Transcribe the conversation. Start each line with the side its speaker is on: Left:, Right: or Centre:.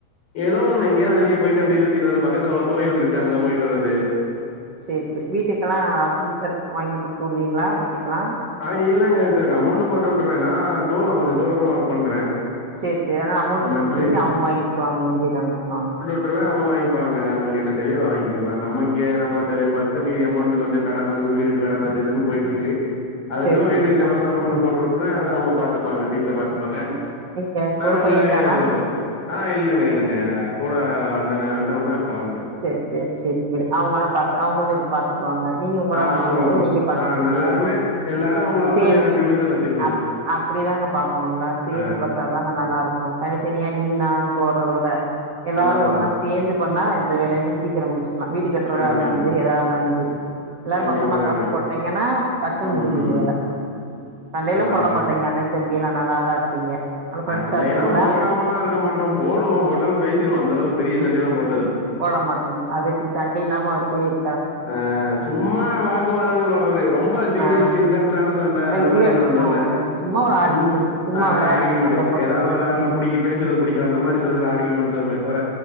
Left: ஏதோ ஒன்னு எங்கேயாது வெளிய போய்ட்டு அப்டியே சுத்திட் வரது பக்கத்துல ஒரு கோயில்டுருக்கு அங்க போய்ட்டு வரது
Right: சேர் சேரி வீட்டுக்குலா திங்ஸ் வாங்கி குடுத்து வுடுவீங்ளா வீட்டுக்குலா
Left: ஆ இல்லைங்க சிஸ்டர் அமௌண்ட்டு போட்டு வுட்டுருவே நா தூரோ கொஞ்சோ தூரதமா ஒர்க் பண்றே
Right: சேர் சேரி ஆனா அமௌண்ட்
Left: மந்த்லி
Right: குடுத்துருவீங்க அவுங்க வாய்ன்க்வாங்க வேண்டியத வாய்ன்கிருவாங்க
Left: அப்டிதா அவுங்க வாங்கிப்பாங்க அவுங்ளுக்கு என்ன தேவயோ அத வாய்ன்க்கு நம்ம இங்கே நம்ம தேவய பாத்துட்டு மீதி அமௌண்ட்டு கொஞ்ச கடன் வீடு கடன் அது இதுன்னு போய்ட்டுருக்கு அதுக்கு
Right: சேரி சேரி
Left: வீட்டுக்கு
Right: சேரி
Left: செலவுக்கு அமௌண்ட்ட
Right: ம்
Left: போட்டு வுட்ருவே அது அவுங்க பாத்துப்பாங்க வீட்ல பாத்துப்பாங்க
Right: ம் நீங்க
Left: நா
Right: ஒரு
Left: இங்க
Right: பையன்தானா
Left: ஏ செலவ பாத்து ஆ இல்லங்க இல்லங்க கூட அண்ண அண்ண ஒன்னு அக்கா ஒன்னு
Right: சேர் சேர் சேர் சேரி அவுங்கல்லா பாத் அவுங்களு இது பாத் துக்குவாங்க நீங்க ஒங்களால
Left: ஆ அவங்கள
Right: முடிஞ்சத
Left: அவங்க
Right: நீங்க பாத்துக்கிறீங்க
Left: ஆ எல்லாருமே எல்லாரு அவங்களால
Right: சேந்து
Left: முடிஞ்ச கான்ட்ரிபியூஷன் வச்சுக்கங்க
Right: அப் அப்டிதாங்க பாக்கோணு எல்லாரு சேந்து
Left: ஆ
Right: பாத் தா தாங்க நல்லாருக்கு தனித்தனியா நீ நான் போறதோட எல்லாரு
Left: அதா அதா
Right: ஒன்னா சேந்து பண்ணா எந்த வேலையுமே சீக்கிரோ முடிச்சிர்லா வீடு கட்டுறதாருந்தாலு
Left: கண்டிப்பாங்க
Right: சேரி எதாருந்தாலு சேரி எல்லாரு
Left: கண்டிப்பா
Right: மொத்தமா
Left: கண்டிப்பா
Right: காசு போட்டீங்கன்னா டக்குனு
Left: ம்
Right: முடிஞ்சுரு வேல சண்டைலா
Left: அதா
Right: போட
Left: அதா
Right: மாட்டிங்
Left: அதா
Right: எ அண்ணே தம்பி எல்லா நல்லாதா இருப்பீங்க நல்லா ஃப்ரெண்ட்ஸா
Left: சண்டையலா
Right: இருப்பீங்களா
Left: போடாமலாருக்க மாட்டோ போடுவோ போட்டாலு பேசிருவோ அந்தளவுக்கு பெரிய சண்டைலா போ
Right: போட மாட்டீங்க அது எப்டி சண்டை இல்லாமாவ இருக்கு வீடு
Left: ஆ சும்மா வாக்குவாதங்கள் வர்றது ரொம்ப சீரியஸ்
Right: ஆ
Left: இண்டன்ஸ்ஸான சண்ட அந்த
Right: இல்
Left: மாரி
Right: இல்ல
Left: எது வந்தல்ல
Right: ஆ சும்மா ஒரு ஆர்கியுமெண்ட்
Left: சும்
Right: சும்மா
Left: ஆ
Right: விளையாட்டுக்கு
Left: ஆர்கிமெண்ட்டு
Right: சண்ட போடுறது
Left: எதாவ்து வெளாட்ல
Right: ம்
Left: புடிக்கி பே சுறது புடிக்ல அந்த மாரி சிலதுல ஆர்கிமெண்ட்ஸ் வருமே தவர